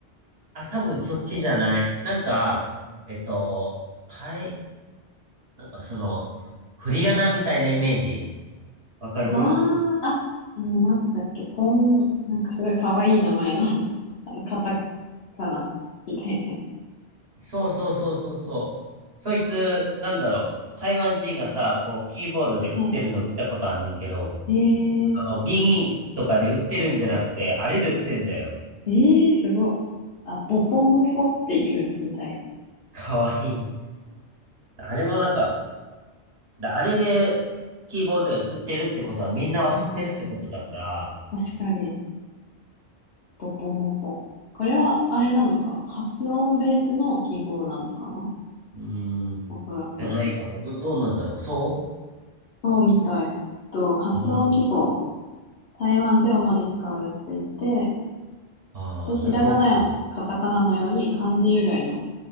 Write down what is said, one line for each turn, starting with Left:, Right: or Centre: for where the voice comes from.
Right: あ、多分そっちじゃない。なんか、えっと、たい、なんかその、振り仮名みたいなイメージ。わかる
Left: ああ、あ、あの、なんだっけ、ポン、なんかすごい可愛い名前の <laughs> あの、カタカナみたいなやつ。
Right: そうそうそうそうそう。そいつ、なんだろう。台湾人がさ、こう、キーボードで打ってるの見たことあんねんけど、
Left: はい。ええー
Right: その、ビニとかで売ってるんじゃなくて、あれで売ってんだよ。
Left: ええーすごいあ、ボポモフォっていうみたい。
Right: かわいい。あれもなんか、であれで、キーボード売ってるってことはみんなは知ってるってことだから、
Left: ああ、確かに、ボポモフォ。これは、あれなのかな発音ベースの記号なのかな
Right: うーん、
Left: おそらく。
Right: じゃないかな。ど、どうなんだろう。そ
Left: そうみたい。と、発音記号。
Right: ううーん。
Left: 台湾で主に使われていて、
Right: ああ、
Left: で、
Right: やっぱそうか。
Left: ひらがなやカタカナのように漢字由来の